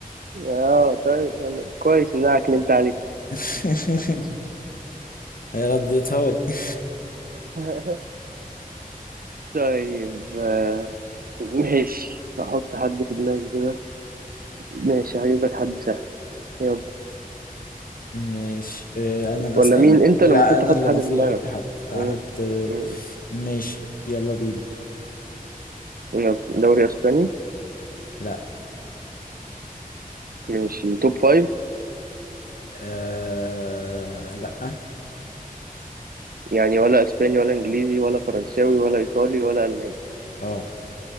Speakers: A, on the right; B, on the left.
A: اه طيب أنا كويس ان انا عكننت عليك
B: <laughs> هي ردتها لي <laughs>
A: <laughs> طيب آه، ماشي احط حد في دماغي كده ماشي هجيب لك حد سهل يلا
B: ماشي آه، انا اللي
A: ولا
B: اسال
A: مين انت
B: لا
A: اللي المفروض تحط
B: انا اللي
A: حد
B: المفروض
A: في دماغك
B: احط حد احط
A: مم.
B: آه،
A: مم.
B: ماشي يلا بينا
A: يلا دوري اسباني
B: لا
A: ماشي توب فايف
B: أه... لا
A: يعني ولا اسباني ولا انجليزي ولا فرنساوي ولا ايطالي ولا الماني
B: اه